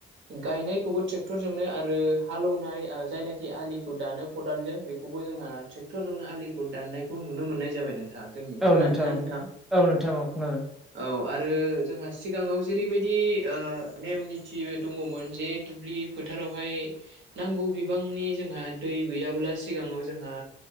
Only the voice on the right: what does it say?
गायनायखौबो ट्रेक्टरजोंनो आरो हालौनाय ओ जायनाखि आलिखौ दानो खदालजों बेखौ बो जोंहा ट्रेक्टरजोंनो आलिखौ दाननायखौ नुनो मोननाय जाबाय नों थां जोंनियाव
खोनादोंना
नोंथां
औ आ रो जोंहा सिगाङाव जेरैबायदि ओ नेम निथि दङमोन जे दुब्लि फोथार रावहाय नांगौ बिबांनि जोंहा दै गैयाब्ला सिगाङाव जोंहा